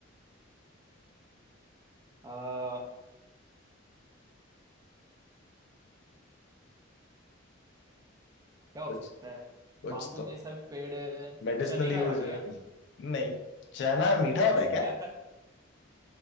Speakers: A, on the right; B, on the left.
A: आ, क्या
B: कुछ
A: हो सकता है
B: कुछ
A: बाम्बू
B: तो
A: जैसा भी पेड़ है
B: मेडिसिनल
A: चने का
B: यूज
A: झाड़
B: है
A: है क्या
B: नहीं चना मीठा होता
A: <laughs>
B: है क्या